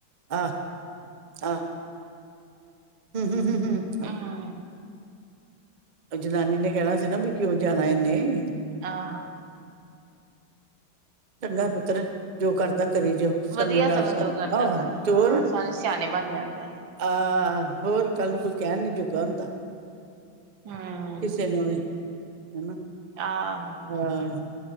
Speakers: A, on the right; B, on the right.
A: ਆਹ ਆਹ ਹੂ ਹੂ ਹੂ ਹੂ
B: ਹਾ
A: ਜਨਾਨੀ ਨੇ ਕਹਿਣਾ ਸੀ ਨਾ, ਵੀ ਕਿਉਂ ਜਾਣਾ ਇਹਨੇ
B: ਆਹ ਹੋ
A: ਚੰਗਾ ਪੁੱਤਰ, ਜੋ ਕਰਦਾ ਕਰੀ ਜਾਓ ਸਮੇਂ
B: ਵਧੀਆ
A: ਨਾਲ
B: ਸਗੋਂ
A: ਸ
B: ਜੋ ਕਰਦਾ
A: ਆਹ
B: ਗੱਲ
A: ਚੋਰ
B: ਹਾਂ ਸਾਰੇ ਸਿਆਣੇ ਬਣ ਜਾਂਦੇ
A: ਆਹ ਹੋਰ ਕੱਲ ਨੂੰ ਕੋਈ ਕਹਿਣ ਨੀ ਜੋੁਗਾ ਹੁੰਦਾ
B: ਹਮ
A: ਕਿਸੇ ਨੂੰ ਵੀ, ਹੈਨਾ ਹਾਂ
B: ਆਹੋ